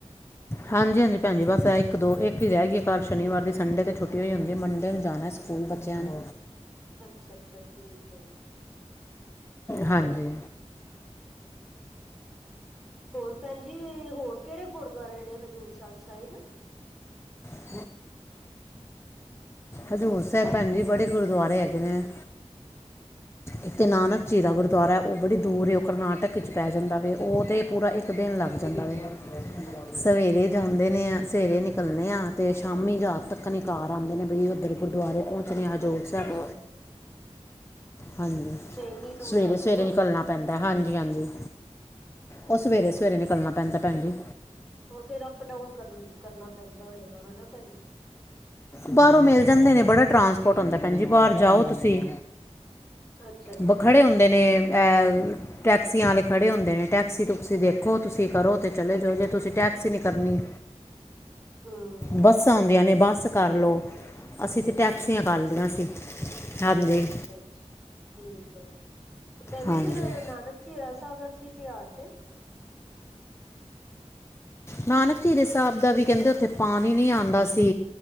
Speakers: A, on the left; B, in the centre.
A: ਹਾਂਜੀ- ਹਾਂਜੀ ਭੈਨ ਜੀ ਬਸ ਇਹ ਇਕ ਦੋ ਇਕ ਹੀ ਰਹਿ ਗਈ ਕਲ ਸ਼ਨੀਵਾਰ ਦੀ ਸੰਡੇ ਤੇ ਛੁਟੀ ਓ ਈ ਹੁੰਦੀ ਹੈ। ਮੰਡੇ ਨੂੰ ਜਾਣਾ ਸਕੂਲ। ਹੁਨ ਬੱਚਿਆਂ ਨੇ
B: ਅੱਛਾ ਅੱਛਾ ਠੀਕ ਹੈ
A: ਹਾਂਜੀ-
B: ਹੋਰ ਭੈਨ ਜੀ ਹੋਰ ਕਿਹੜੇ ਗੁਰਦੁਆਰੇ ਨੇ ਹਜ਼ੂਰ ਸਾਹਿਬ ਸਾਈਡ?
A: <inaudible> <inaudible> ਹਜ਼ੂਰ ਸਾਹਿਬ ਭੈਨ ਜੀ ਬੜੇ ਗੁਰੂਦੁਆਰੇ ਹੈਗੇ ਨੇ। ਇਕ ਨਾਨਕ ਝੀਰਾ ਗੁਰਦੁਆਰਾ ਏ ਉਹ ਬੜੀ ਦੂਰ ਏ। ਉਹ ਕਰਨਾਟਕ ਵਿਚ ਪੈ ਜਾਦਾ ਵੇ ਉਹ ਤਾਂ ਪੂਰਾ ਇਕ ਇਕ ਦਿਨ ਲਗ ਜਾਦਾ ਵੇ
B: ਅੱਛਾ ਅੱਛਾ
A: ਸਵੇਰੇ ਜਾਦੇ ਨੇ ਅ ਸਵੇਰੇ ਨ ਚੱਲਦੇ ਹਾਂ ਅਤੇ ਸ਼ਾਮੀ ਰਾਤ ਤਕ ਈ ਘਰ ਆਂਦੇ ਨੇ ਬਈ ਉਧਰ ਗੁਰਦੁਆਰੇ ਪਹੁਚ ਨੀ ਹਜੂਰ
B: ਅੱਛਾ
A: ਸਾਹਿਬ
B: ਅੱਛਾ
A: ਹਾਂਜੀ
B: ਅੱਛਾ ਇੰਨੀ ਦੂਰ
A: ਸਵੇਰੇ
B: ਹੈਗਾ
A: ਸਵੇਰੇ
B: ਗੁਰਦੁਆਰਾ
A: ਨਿਕਲਣਾ ਪੈਦਾ ਹਾਂਜੀ- ਹਾਂਜੀ
B: ਅ
A: ਉਹ ਸਵੇਰੇ ਸਵੇਰੇ ਨਿਕਲਣਾ ਪੈਂਦਾ ਭੈਣ ਜੀ
B: ਓਹ ਫਿਰ ਅਪ ਡਾਊਨ ਕਰ ਕਰਨਾ ਬੰਦਾ ਹੋਏਗਾ ਹਨਾ ਭੈਨ ਜੀ।
A: ਬਾਹਰੋ ਮਿਲ ਜਾਦੇ ਨੇ ਬੜਾ ਟਰਾਂਸਪੋਰਟ ਹੁੰਦਾ ਭੈਨ ਜੀ ਬਾਹਰ ਜਾਓ ਤੁਸੀ
B: ਅੱਛਾ ਅੱਛਾ
A: ਬ ਖੜੇ ਹੁੰਦੇ ਨੇ ਇਹ ਟੈਕਸੀਆ ਵਾਲੇ ਖੜੇ ਹੁੰਦੇ ਨੇ ਟੈਕਸੀ ਟੁਕਸੀ ਦੇਖੋ ਤੁਸੀ ਕਰੋ ਤੇ ਚਲੇ ਜਾਓ ਜੇ ਤੁਸੀ ਟੈਕਸੀ ਨਹੀ ਕਰਨੀ
B: ਹਮ
A: ਬਸਾਂ ਹੁੰਦੀਆਂ ਨੇ ਬੱਸ ਕਰ ਲਉ ਅਸੀ ਤੇ ਟੈਕਸੀਆ
B: ਅੱਛਾ
A: ਕਰ
B: ਅੱਛਾ
A: ਲਈਆ ਸੀ ਹਾਂਜੀ
B: ਅੱਛਾ- ਅੱਛਾ ਠੀਕ ਹੈ। ਤੇ ਭੈਨ
A: ਹਾਂਜੀ
B: ਜੀ ਫਿਰ ਨਾਨਕ ਝੀਰਾ ਸਾਹਿਬ ਦਾ ਕੀ ਇਤਿਹਾਸ ਹੈ।
A: ਨਾਨਕ ਝੀਰਾ ਸਾਹਿਬ ਦਾ ਵੀ ਕਹਿਦੇ ਉਥੇ ਪਾਨੀ ਨੀ ਆਂਦਾ ਸੀ।